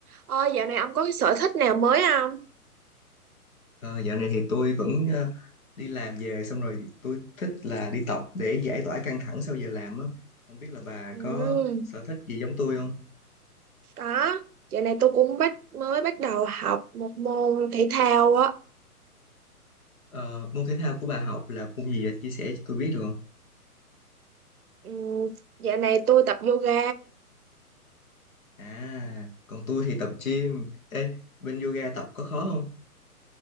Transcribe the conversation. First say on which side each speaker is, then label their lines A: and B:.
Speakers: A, on the right; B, on the left.
A: Ôi, dạo này ông có cái sở thích nào mới không?
B: Ờ, dạo này thì tôi vẫn ờ, đi làm về xong rồi tôi thích là đi tập để giải tỏa căng thẳng sau giờ làm á. Không biết là bà
A: Ừ,
B: có sở thích gì giống tôi không?
A: có. Dạo này tôi cũng bắt mới bắt đầu học một môn thể thao á.
B: Ờ, môn thể thao của bà học là môn gì vậy? Chia sẻ cho tôi biết được không?
A: Ừ, dạo này tôi tập yoga.
B: À, còn tôi thì tập gym. Ê, bên yoga tập có khó không?